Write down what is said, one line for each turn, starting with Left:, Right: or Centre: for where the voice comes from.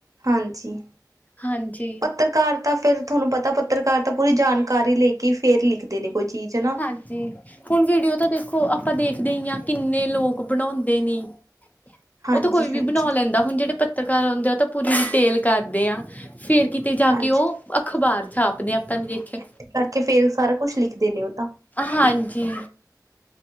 Right: ਹਾਂਜੀ
Left: ਹਾਂਜੀ
Right: ਪੱਤਰਕਾਰ ਤਾਂ ਫਿਰ ਤੁਹਾਨੂੰ ਪਤਾ ਪੱਤਰਕਾਰ ਤਾਂ ਪੂਰੀ ਜਾਣਕਾਰੀ ਲੈ ਕੇ ਫੇਰ ਲਿਖਦੇ ਨੇ ਕੋਈ ਚੀਜ਼ ਹਨਾ
Left: ਹਾਂਜੀ ਹੁਣ ਵੀਡੀਓ ਤਾਂ ਦੇਖੋ ਆਪਾਂ ਦੇਖਦੇ ਹੀ ਆ ਕਿੰਨੇ ਲੋਕ ਬਣਾਉਂਦੇ ਨੇ
Right: ਹਾਂਜੀ
Left: ਉਹ ਤਾਂ ਕੋਈ ਵੀ
Right: ਹਾਂਜੀ
Left: ਬਣਾ ਲੈਂਦਾ ਹੁਣ ਜਿਹੜੇ ਪੱਤਰਕਾਰ ਹੁੰਦੇ ਆ ਉਹ ਤਾਂ ਪੂਰੀ ਡੀਟੇਲ ਕਰਦੇ ਆ ਫੇਰ ਕਿਤੇ ਜਾ
Right: ਹਾਂਜੀ
Left: ਕੇ ਉਹ ਅਖ਼ਬਾਰ ਛਾਪਦੇ ਆਪਾਂ ਨੇ ਦੇਖਿਆ
Right: ਤੇ ਤੜਕੇ ਫੇਰ ਸਾਰਾ ਕੁਛ ਲਿਖਦੇ ਨੇ ਉਹ ਤਾਂ
Left: ਹਾਂਜੀ